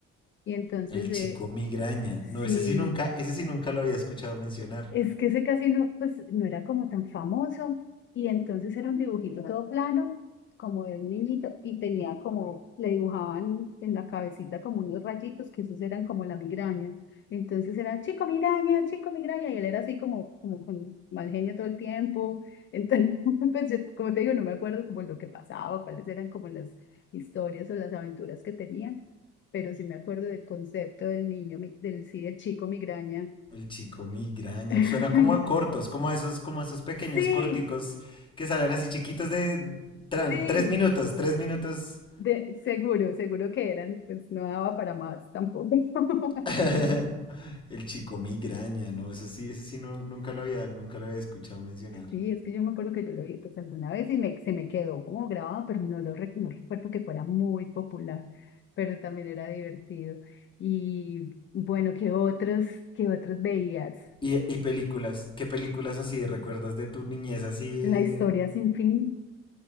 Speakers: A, on the left (about 40°); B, on the left (about 15°).
A: Y entonces,
B: El chico
A: eh,
B: migraña.
A: sí,
B: No, ese sí nunca, ese sí nunca lo había escuchado mencionar.
A: es que ese casi no, pues, no era como tan famoso y entonces era un dibujito todo plano, como de un niñito, y tenía como, le dibujaban en la cabecita como unos rayitos, que esos eran como la migraña. Entonces era, chico migraña, chico migraña, y él era así como, como con mal genio todo el tiempo. Entonces, <laughs> pues, yo, como te digo, no me acuerdo como lo que pasaba, cuáles eran como las historias o las aventuras que tenían, pero sí me acuerdo del concepto del niño, mi- del sí, del chico migraña.
B: El chico migraña.
A: <laughs>
B: Suena como a cortos, como a esos, como a esos pequeños
A: Sí,
B: corticos que salen así chiquitos de tran,
A: sí,
B: tres minutos, tres minutos.
A: de, seguro, seguro que eran, pues no daba para más tampoco. <laughs>
B: <laughs> El chico migraña, no, eso sí, ese sí no- nunca lo había, nunca lo había escuchado mencionar.
A: Sí, es que yo me acuerdo que yo lo vi pues alguna vez y me, se me quedó como grabado, pero no lo re- no recuerdo que fuera muy popular, pero también era divertido. Y bueno, ¿qué otros, qué otros veías?
B: Y, y películas, ¿qué películas así recuerdas de tu niñez así?
A: La historia sin fin.